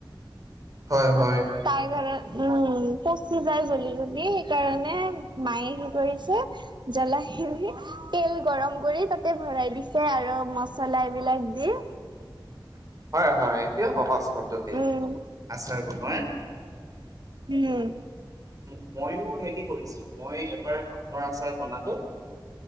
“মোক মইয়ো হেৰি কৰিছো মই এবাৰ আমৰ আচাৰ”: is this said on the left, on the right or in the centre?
Right